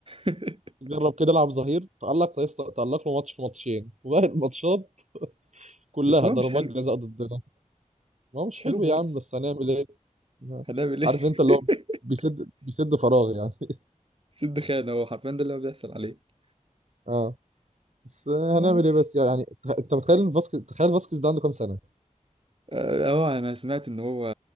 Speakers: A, on the right; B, on the right.
A: <laughs>
B: <laughs> جرب كده العب ظهير تألق لا يست- تألق له ماتش في ماتشين وباقي الماتشات كلها
A: بس هو
B: ضربات
A: مش حلو
B: جزاء ضدنا ما هو مش
A: مش
B: حلو
A: حلو خالص
B: يا عم بس هنعمل ايه <laughs>
A: هنعمل ايه
B: عارف انت اللي
A: <laughs>
B: هو بيسد بيسد فراغ يعني <laughs>
A: سد خان هو حرفيا ده اللي هو بيحصل عليه
B: اه بس هنعمل
A: اه
B: ايه بس يعني تخ- انت متخيل إن فاسكيز تخيل فاسكيز ده عنده كام سنة
A: آه، انا سمعت ان هو